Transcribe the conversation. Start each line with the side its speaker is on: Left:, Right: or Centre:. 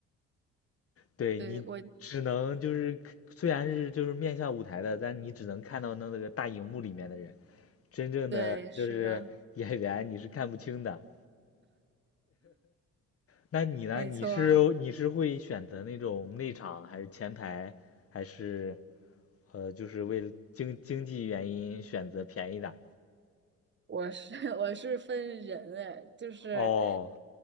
Left: 对你只能就是虽然是就是面向舞台的，
Right: 对，我
Left: 但你只能看到那那个大荧幕里面的人，真正的就是演员你是看不清的。
Right: 对，是的，
Left: 那你呢？
Right: 没错。
Left: 你是你是会选择那种内场还是前排，还是呃就是为了经经济原因选择便宜的？
Right: 我是 <laughs> 我是分人哎，就是，
Left: 哦，